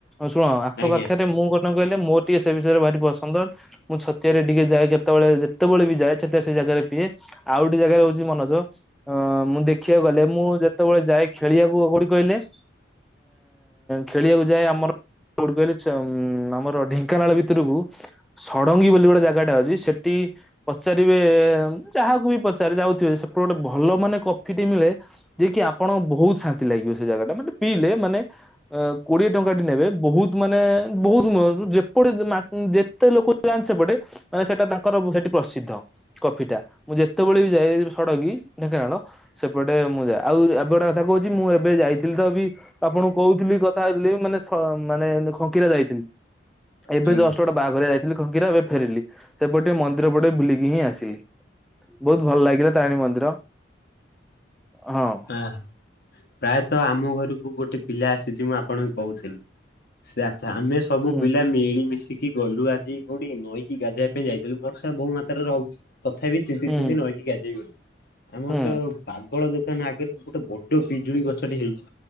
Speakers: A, in the centre; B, on the left.
A: ଶୁଣ ଆଖ
B: ଆଜ୍ଞା।
A: ପାଖରେ ମୁଁ କଣ କହିଲେ ମୋ ଟିକେ ସେ ବିଷୟରେ ଭାରି ପସନ୍ଦ ମୁଁ ଛତିଆରେ ଟିକେ ଯାଏ କେତେବେଳ ଯେ ଯେତେବେଳେ ବି ଯାଏ ସେତେଳେ ସେ ଜାଗାରେ ପିଏ ଆଉ ଗୋଟେ ଜାଗାରେ ହଉଛି ମନୋଜ। ହଁ ମୁଁ ଦେଖିବାକୁ ଗଲେ ମୁଁ ଯେତେବେଳେ ଯାଏ ଖେଳିବାକୁ କଉଠି କହିଲେ ଆ ଖେଳିବାକୁ ଯାଏ ଆମର କୋଉଠି କହିଲେ ଉଁ ଆମର ଢେଙ୍କାନାଳ ଭିତରକୁ ଷଡଙ୍ଗୀ ବୋଲି ଗୋଟେ ଜାଗା ଯଦି ସେଠି ପଚାରିବେ ଯାହାକୁ ବି ପଚାରି ଯାଉଥିବେ ସେ ଗୋଟେ ଭଲ ମାନେ କଫିଟି ମିଳେ ଯିଏ କି ଆପଣ ବହୁତ ଶାନ୍ତି ଲାଗିବ ସେ ଜାଗା ଟା ମାନେ ପିଇଲେ ମାନେ କୋଡିଏ ଟଙ୍କାଟି ନେବେ ବହୁତ ମାନେ ବହୁତ <unintelligible> ସେପଟେ ଯେତେ ଲୋକ ଯାଆନ୍ତି ସେପଟେ ମାନେ ସେଟା ତାଙ୍କର ସେଠି ପ୍ରସିଦ୍ଧ କଫିଟା। ମୁଁ ଯେତେବେଳେ ବି ଯାଏ ସୁଡ଼ଙ୍ଗୀ ଢେଙ୍କାନାଳ ସେପଟେ ମୁଁ ଯାଏ ଆଉ ଏବାଟେ ଜି ମୁଁ ଏବେ ଯାଇ ଥିଲତ ବି ଆପଣଙ୍କୁ କହୁଥିଲି କଥା ହେଉଥିଲି ମାନେ ମାନେ ଖଙ୍କିରା ଯାଇଥିଲି। ଏବେ
B: ଆଜ୍ଞା
A: ଜଷ୍ଟ୍ ଗୋଟେ ବାଘରିଆ ଯାଇଥିଲି ଖଙ୍କିରା ଏବେ ଫେରିଲି। ସେପଟେ ମନ୍ଦିର ପଟେ ବୁଲିକି ହିଁ ଆସିଲି ବହୁତ୍ ଭଲ ଲାଗିଲା ତାରିଣୀ ମନ୍ଦିର। ହଁ।
B: ଆ ପ୍ରାୟତଃ ଆମ ଘରକୁ ଗୋଟେ ପିଲା ଆସିଛି ମୁଁ ଆପଣଙ୍କୁ କହୁଥିଲି ସେ ଆମେ ସବୁ
A: ହୁଁ
B: ପିଲା ମିଳିମିଶିକି ଗଲୁ ଆଜି କଉଠିକି? ନଈକି ଗାଧେଇବା ପାଇଁ ଯାଇଥିଲୁ ବର୍ଷା ବହୁ ମାତ୍ ରହୁ ତଥାପି ଦି ତିନି
A: ହୁଁ
B: ଦିନ ନଈକି ଗାଧେଇ ଗଲୁ। ଆମର
A: ହୁଁ
B: ତ ପାଗଳ ମାମ୍ ଆଗରେ ଗୋଟେ ବଡ ପିଜୁଳି ଗଛଟି ହେଇଛି।